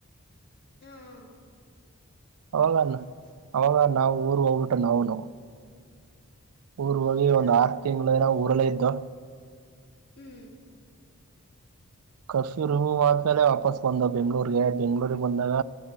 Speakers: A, on the left; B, on the right.
A: ಹ್ಮ್ ಹ್ಮ್
B: ಅವಾಗ ಅವಾಗ ನಾವು ಊರು ಹೋಗ್ಬಿಟ್ಟು ನಾವುನು ಊರ್
A: ಹೌದಾ
B: ಹೋಗಿ ಒಂದ್ ಆರ್ ತಿಂಗ್ಲೇನೋ ಬಲ್ಲೆ ಎತ್ತೋ
A: ಹ್ಮ್
B: ಕರ್ಫ್ಯೂ ಶುರು ಆದ್ಮೇಲೆ ವಾಪಸ್ ಬಂದೋ ಬೆಂಗ್ಳೂರ್ಗೆ ಬೆಂಗ್ಳೂರಿಗೆ ಬಂದಾಗ